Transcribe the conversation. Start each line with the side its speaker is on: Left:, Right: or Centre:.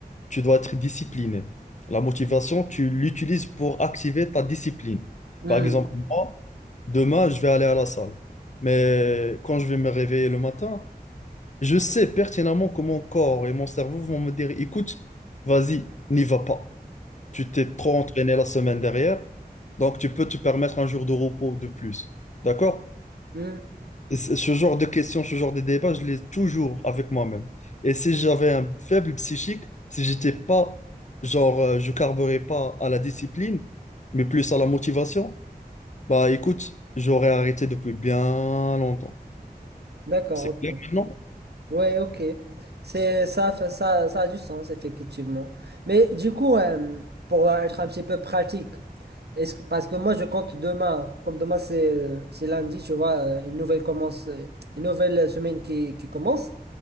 Left: tu dois être discipliné. La motivation, tu l'utilises pour activer ta discipline.
Right: Hmm,
Left: Par exemple, moi, demain, je vais aller à la salle. Mais quand je vais me réveiller le matin, je sais pertinemment que mon corps et mon cerveau vont me dire, écoute, vas-y, n'y va pas. Tu t'es trop entraîné la semaine dernière, donc tu peux te permettre un jour de repos de plus. D'accord?
Right: hmm,
Left: Et ce ce genre de questions, ce genre de débat, je l'ai toujours avec moi-même. Et si j'avais un faible psychique, si j'étais pas, genre, euh, je carburais pas à la discipline, mais plus à la motivation, bah écoute, j'aurais arrêté depuis bien longtemps.
Right: D'accord,
Left: C'est clair,
Right: ok.
Left: non?
Right: Ouais, ok. C'est ça, fait- ça, ça a du sens, effectivement. Mais du coup, euh, pour être un petit peu pratique, est-ce que- parce que moi je compte demain, comme demain c'est euh, c'est lundi, tu vois, euh, une nouvelle commence, euh, une nouvelle semaine qui, qui commence.